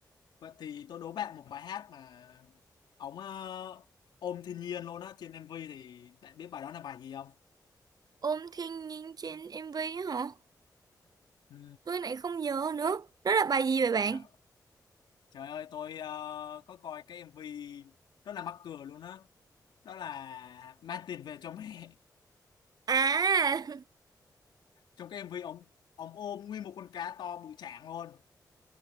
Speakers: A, on the left; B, on the right.
A: vậy thì tôi đố bạn một bài hát mà ống ờ, ôm thiên nhiên luôn á trên MV thì bạn biết bài đó là bài gì không
B: ôm thiên nhiên trên MV á hả
A: ừ,
B: tôi lại không nhớ nữa đó là bài gì vậy bạn
A: trời, trời ơi tôi ờ, có coi cái MV rất là mắc cười luôn á đó. đó là mang tiền về cho mẹ
B: à <laughs>
A: trong cái em MV ông ông ôm nguyên một con cá to bự chảng luôn